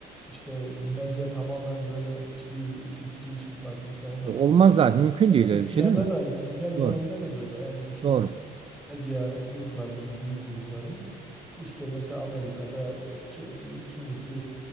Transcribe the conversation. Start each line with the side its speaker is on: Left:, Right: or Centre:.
Centre: işte medya tamamen böyle hiçbir fikri, hiçbir partiyi savunmasın
Right: Olmaz
Centre: demiyoruz.
Right: zaten. Mümkün
Centre: Zaten
Right: değil öyle
Centre: dünyada
Right: bir şey değil mi?
Centre: da, dünya genelinde
Right: Doğru.
Centre: de böyle. Yani bütün
Right: Doğru.
Centre: medya gruplarının, büyük grupların işte mesela Amerika'da e, kim- kimisi